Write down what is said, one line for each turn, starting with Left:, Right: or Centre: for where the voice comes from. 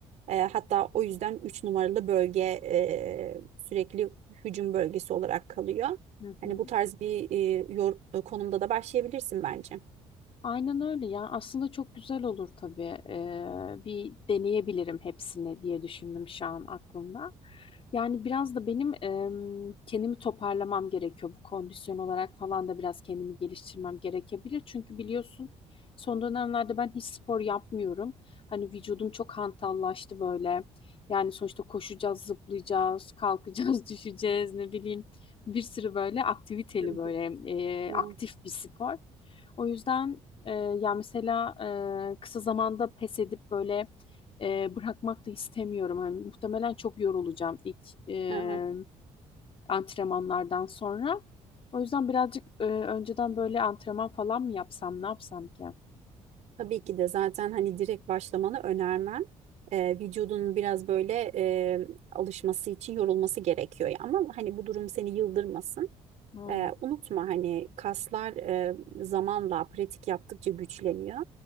Right: E, hatta o yüzden 3 numaralı bölge e, sürekli hücum bölgesi olarak kalıyor.
Left: Hı
Right: Hani
Left: hı.
Right: bu tarz bir e, yor- konumda da başlayabilirsin bence.
Left: Aynen öyle ya. Aslında çok güzel olur tabii. Ee, bir deneyebilirim hepsini diye düşündüm şu an aklımda. Yani biraz da benim em, kendimi toparlamam gerekiyor. Bu kondisyon olarak falan da biraz kendimi geliştirmem gerekebilir. Çünkü biliyorsun son dönemlerde ben hiç spor yapmıyorum. Hani vücudum çok hantallaştı böyle. Yani sonuçta koşacağız, zıplayacağız, kalkacağız, <laughs> düşeceğiz ne bileyim. Bir sürü böyle aktiviteli
Right: Hı hı.
Left: böyle e,
Right: Evet,
Left: aktif bir spor. O yüzden ee, ya mesela e, kısa zamanda pes edip böyle e, bırakmak da istemiyorum. Hani muhtemelen çok yorulacağım ilk e,
Right: evet.
Left: antrenmanlardan sonra. O yüzden birazcık e, önceden böyle antrenman falan mı yapsam, ne yapsam ki?
Right: Tabii ki de zaten hani direkt başlamanı önermem. Ee, vücudunun biraz böyle e, alışması için yorulması gerekiyor. Ya. Ama hani bu durum seni yıldırmasın.
Left: Aynen.
Right: Ee, unutma hani kaslar e, zamanla pratik yaptıkça güçleniyor.